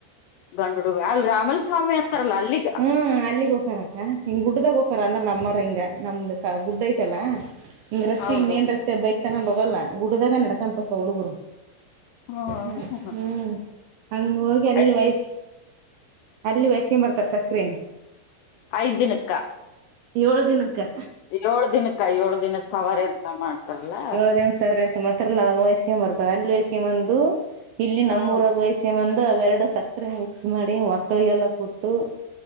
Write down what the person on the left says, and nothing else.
ಗಂಡು ಹುಡುಗ ಅಲ್ಲಿ ರಾಮಲು ಸ್ವಾಮಿ ಅಂತಾರಲ್ಲ ಅಲ್ಲಿ.
ಹೌದೌದು
ಹ್ಮ
ಎಷ್ಟ್
ಐದ್ ದಿನಕ್ಕ.
ಏಳ ದಿನಕ್ಕಿ ಏಳ ದಿನದ ಸವಾರಿ ಎಂತ ಮಾಡ್ತಾರಲ್ಲಾ.
ಹ್ಮ